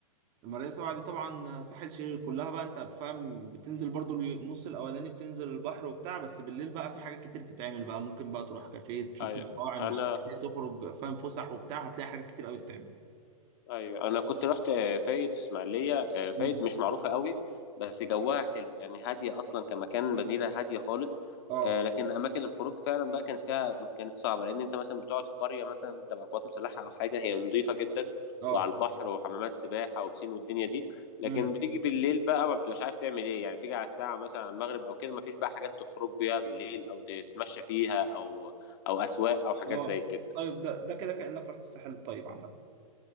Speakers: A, on the right; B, on the left.
A: المرايه سبعة دي طبعا ساحل شرير كلها بقى انت بفهم بتنزل برضو النص الاولاني بتنزل البحر وبتاع بس بالليل بقى في حاجات كتير تتعمل بقى ممكن بقى تروح كافيه تشوف
B: ايوه
A: مطاعم
B: انا
A: مش عارف ايه تخرج فاهم فسح وبتاع هتلاقي حاجات كتير قوي تتعمل
B: ايوه انا كنت رحت آه، فايد في اسماعيليه آه، فايد
A: مم.
B: مش معروفه قوي بس جواها حلو يعني هاديه اصلا كمكان مدينه هاديه خالص
A: اه
B: آه، لكن اماكن الخروج فعلا بقى كانت فيها كانت صعبه لان انت مثلا بتقعد في قريه مثلا تبع قوات مسلحه او حاجه هي نظيفه جدا
A: اه
B: وعلى البحر وحمامات سباحه وبسين والدنيا دي لكن
A: امم
B: بتيجي بالليل بقى ما بتبقاش عارف تعمل ايه يعني بتيجي على الساعه مثلا على المغرب او كده ما فيش بقى حاجات تخرج بيها بالليل او تتمشى فيها او او اسواق او حاجات
A: اه
B: زي كده
A: طيب ده ده كده كأنك رحت الساحل الطيب عامة